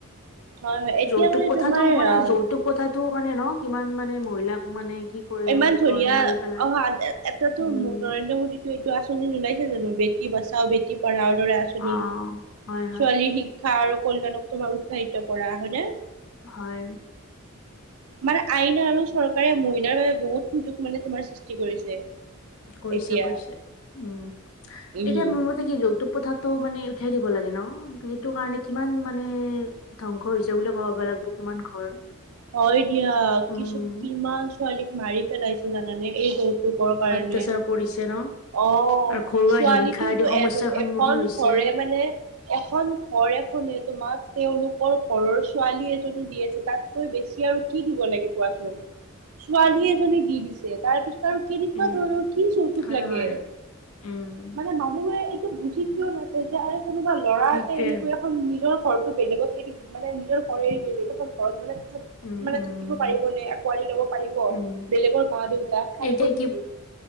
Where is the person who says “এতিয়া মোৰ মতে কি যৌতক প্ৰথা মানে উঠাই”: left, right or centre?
Left